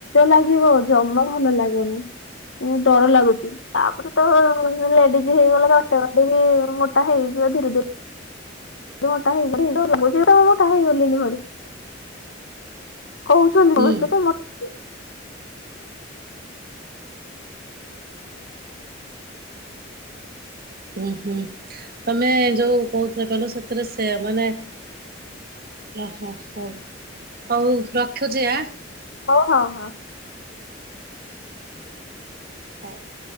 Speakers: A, on the left; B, on the right.
A: ଲାଗିବ ଜମା ଭଲ ଲାଗୁନି, ଡର ଲାଗୁଛି ତାପରେ ତ ଲେଡିଜ୍ ହେଇଗଲା ଦଶବାଡ଼ି ବି ମୋଟା ହେଇଯିବ ଧୀରେ ଧୀରେ। ମୋଟା ହେଇଗଲି ହେଇଗଲି ଲାଗୁଛି ତ ମୋଟା ହେଇଗଲିଣି ଭଳି। କହୁଛନ୍ତି
B: ହୁଁ
A: ମତେ ତ ବେଶି
B: ହୁଁ ହୁଁ ତମେ ଯୋଉ କହୁଥିଲ କହିଲ ସେଥିରେ ସେ ମାନେ ଓହୋ ହଉ, ହଉ ରଖୁଛି ଆ।
A: ହଉ ହଁ ହଁ।
B: <unintelligible>